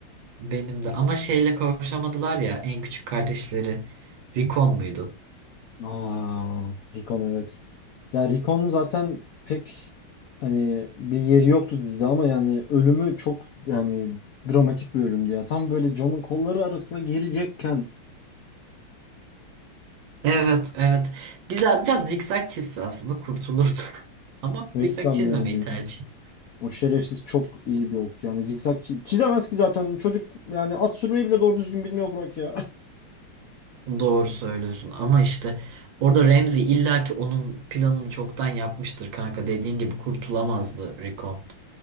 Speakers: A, on the right; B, on the left.
A: Benim de ama şeyle kavuşamadılar ya en küçük kardeşleri. Rikon muydu?
B: Aa, Recon evet. Ya Recon'un zaten pek hani bir yeri yoktu dizide ama yani ölümü çok yani dramatik bir ölümdü ya. Tam böyle John'un kolları arasına girecekken
A: Evet evet. Güzel biraz zikzak çizse aslında kurtulurdu. <laughs> Ama
B: ben
A: zikzak
B: hiç sanmıyorum
A: çizmemeyi
B: ya.
A: tercih. etti.
B: O şerefsiz çok iyi bir okçu. Yani zikzak çi- çizemez ki zaten çocuk yani at sürmeyi bile doğru düzgün bilmiyor Burak ya. <laughs>
A: Doğru söylüyorsun ama işte orada Remzi illaki onun planını çoktan yapmıştır kanka. Dediğin gibi kurtulamazdı Rikon.